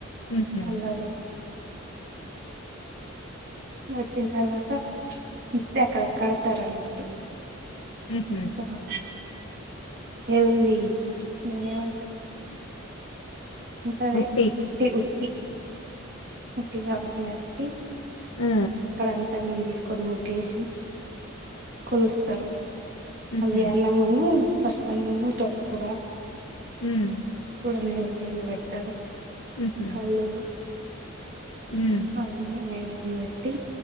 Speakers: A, on the left (about 75°); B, on the right (about 45°).
A: హుహు.
B: వాళ్లు వచ్చిన తర్వాత ఇస్తే అక్కడ కడతారుని అట్టు
A: హుహు.
B: ఆ ఏ ఉంది దానేవంటారు ఉంటది
A: బుట్టి.
B: ఉటి ఉటి ఉట్ట అర్వి అటి
A: ఆ!
B: అక్కడంతా క్లీన్ చేసుకొని ముగ్గేసి కొలుస్తారు
A: హుహు.
B: అలీ అన్నమున్న పసుపు అన్నమున్న తోటకూర
A: మ్మ్
B: నైవేద్యం గా పెడతారు
A: హుహు.
B: కళ్ళు
A: హ్మ్.
B: అవని నైవేద్యంగా పెట్టి